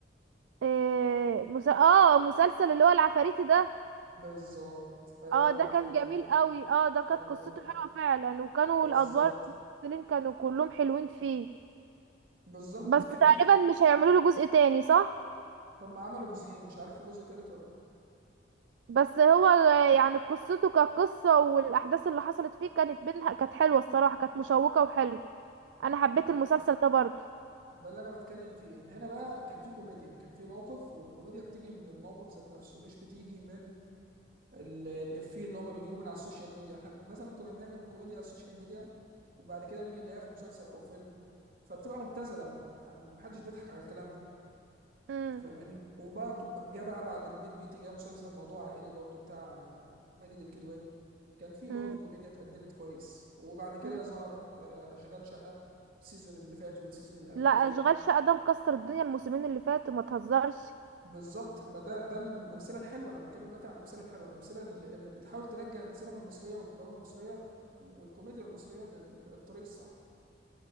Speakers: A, on the right; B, on the right.
A: آه، مس... اه مسلسل اللي هو العفاريتي ده
B: بالظبط ايوه
A: اه
B: هو
A: ده
B: العفاريت
A: كان جميل
B: ده الله
A: قوي اه ده كانت
B: الله
A: قصته
B: ينور
A: حلوة فعلا وكانوا
B: بالظبط
A: الادوار الممثلين كانوا كلهم حلوين فيه
B: بالظبط
A: بس
B: كان
A: تقريبا
B: في ك-
A: مش هيعملوا له جزء تاني صح
B: هم عملوا جزئين مش عارف في جزء تالت ولا لا
A: بس هو ال- يعني قصته كقصة والأحداث اللي حصلت فيه كانت بينها كانت حلوة الصراحة كانت مشوقة وحلوة أنا حبيت
B: ما-
A: المسلسل ده برضو
B: ده اللي انا بتكلم فيه ان هنا بقى كان في كوميديا كان في موقف والكوميديا بتيجي من الموقف ذات نفسه مش بتيجي من ال- الإفيه اللي هما بيجيبوه من على السوشيال ميديا احنا مثلا كنا بنعمل الكوميديا على السوشيال ميديا وبعد كده نيجي نلاقيها في مسلسل او فيلم فبتبقى مبتذله مح- محدش بيضحك على الكلام ده
A: مم.
B: أنت فاهماني وبعد جه بقى بعد البيت بيتي جه مسلسل موضوع عائلي برضو بتاع آه، ماجد الكدواني كان فيه برضو
A: مم.
B: كوميديا اتقدمت كويس وبعد كده
A: مم.
B: ظهر آه، اشغال شقه السيزون اللي فات والسيزون اللي قبل
A: لا
B: اللي
A: أشغال
B: فات
A: شقة ده مكسر الدنيا الموسمين اللي فاتوا ما تهزرش
B: بالظبط ما ده ده من الامثله الحلوه انا بتكلم دلوقتي عن الامثله الحلوه الامثله اللي اللي بتحاول ترجع السينما المصريه والدراما المصريه والكوميديا المصريه لل- للطريق الصح